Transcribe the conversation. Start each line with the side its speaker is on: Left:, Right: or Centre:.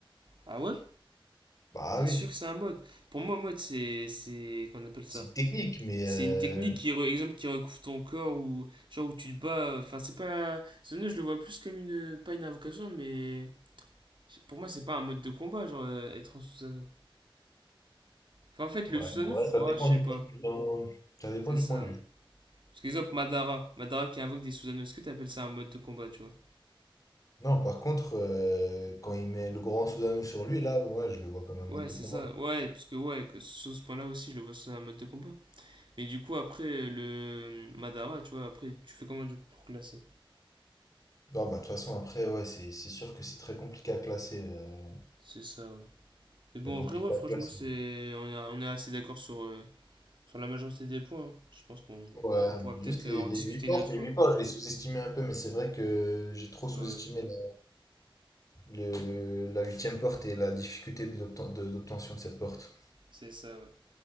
Right: Ah ouais?
Left: Bah
Right: T'es
Left: oui,
Right: sûr que c'est un mode? Pour moi, mode, c'est, c'est, qu'on appelle ça?
Left: c'est une technique, mais
Right: C'est
Left: euh,
Right: une technique qui, re- exemple, qui recouvre ton corps ou, genre, où tu te bats. Enfin, c'est pas, Zono, je le vois plus comme une, pas une invocation, mais, pour moi, c'est pas un mode de combat, genre, euh, être en Susanoo. Enfin, en fait,
Left: ouais,
Right: le Susanoo,
Left: en vrai,
Right: f-
Left: ça
Right: ouais,
Left: dépend
Right: je sais
Left: du
Right: pas.
Left: point de vue. dans- Ça dépend
Right: C'est
Left: du
Right: ça.
Left: point de
Right: ouais.
Left: vue.
Right: Parce qu'exemple, Madara. Madara qui invoque des Susanoo, est-ce que t'appelles ça un mode de combat, tu vois?
Left: Non, par contre, euh, quand il met le grand Susanoo sur lui, là, ouais, je le vois comme un
Right: Ouais,
Left: mode de
Right: c'est
Left: combat.
Right: ça. Ouais, parce que, ouais, que sur ce point-là aussi, je le vois, c'est un mode de combat. Mais du coup, après, le Madara, tu vois, après, tu fais comment, du coup, pour classer?
Left: Non, bah, de toute façon, après, ouais, c'est c'est sûr que c'est très compliqué à classer. euh,
Right: C'est ça, ouais. Mais bon,
Left: très compliqué
Right: en vrai, ouais, franchement,
Left: à classer.
Right: c'est... On, est- on est assez d'accord sur, euh, sur la majorité des points. hein. Je pense qu'on
Left: Ouais,
Right: qu'on pourra
Left: juste
Right: peut-être
Left: les,
Right: en
Left: les
Right: discuter
Left: 8 portes,
Right: une autre
Left: les
Right: fois.
Left: 8 portes, je les sous-estimais un peu, mais c'est vrai que j'ai trop sous-estimé
Right: Ouais,
Left: la, le- le- la huitième porte et la difficulté de l'obten- de- d'obtention de cette porte.
Right: c'est ça, ouais.